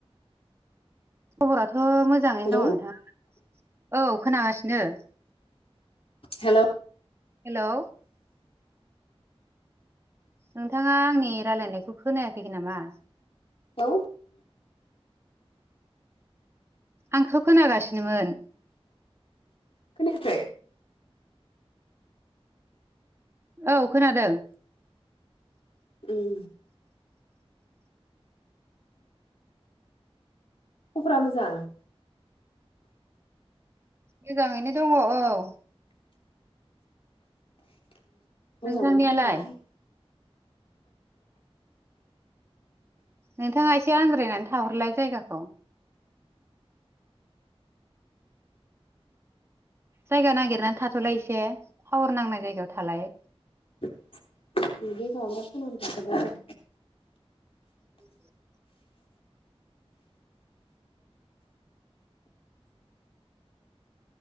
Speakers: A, on the right (about 25°); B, on the left (about 65°).
A: खबराथ' मोजाङैनो
B: हेलौ
A: दङ नोंथाङा औ खोनागासिनो
B: हेलौ
A: हेलौ नोंथाङा आंनि रायलायनायखौ खोनायाखै नामा
B: हेलौ
A: आंखौ खोनागासिनोमोन
B: खोनायाखै
A: औ खोनादों
B: ओम खबरा मोजां
A: मोजाङैनो दङ औ
B: मोजांनो
A: नोंथांनियालाय
B: खोनालहाय
A: नोंथाङा एसे आद्रायनानै थाहरलाय जायगाखौ जायगा नागिरनानै थाथ'लाय एसे पावार नांनाय जायगायाव थालाय
B: <unintelligible>
A: <inaudible>